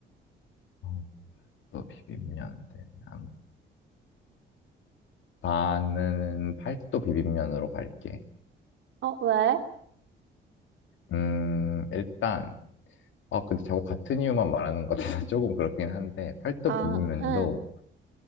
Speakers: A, on the left; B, on the right.
A: 어, 또 비빔면인데. 아무튼 나는 팔도 비빔면으로 갈게.
B: 어, 왜?
A: 음, 일단 아 근데 자꾸 같은 이유만 말하는 것 같아서 <laughs> 조금 그렇긴 한데 팔도
B: 아,
A: 비빔면도
B: 응.